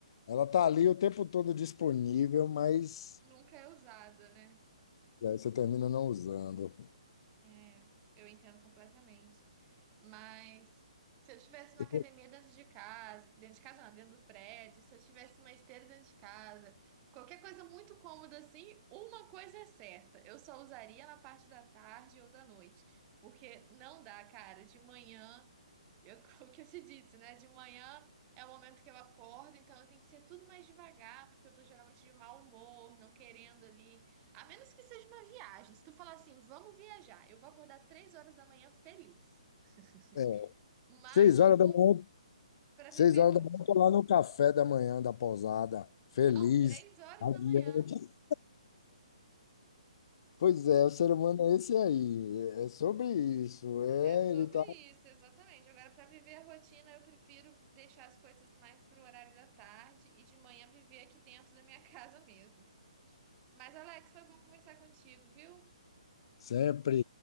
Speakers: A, on the left; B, on the right.
A: Ela tá ali o tempo todo disponível, mas
B: Nunca é usado, né?
A: é, você termina não usando.
B: É, eu entendo completamente. Mas se eu tivesse uma
A: Eu-
B: academia dentro de casa, dentro de casa não, dentro do prédio, se eu tivesse uma esteira dentro de casa, qualquer coisa muito cômoda assim, uma coisa é certa, eu só usaria na parte da tarde ou da noite, porque não dá, cara, de manhã eu, <laughs> o que eu te disse, né? De manhã é o momento que eu acordo, então eu tenho que ser tudo mais devagar, porque eu tô geralmente de mau humor, não querendo ali. A menos que seja uma viagem. Se tu falar assim, vamos viajar, eu vou acordar três horas da manhã feliz. <laughs>
A: É,
B: Mas
A: seis
B: se
A: horas
B: for
A: da manhã,
B: pra viver
A: seis horas
B: rotina.
A: da manhã, eu tô lá no café da manhã da pousada, feliz,
B: Não, três horas
A: radiante.
B: da manhã.
A: Pois é, o ser humano é esse aí, é é sobre isso, é,
B: É sobre
A: ele tá
B: isso, exatamente. Agora, pra viver a rotina, eu prefiro deixar as coisas mais pro horário da tarde e de manhã viver aqui dentro da minha <laughs> casa mesmo. Mas, Alex, foi bom conversar contigo, viu?
A: sempre.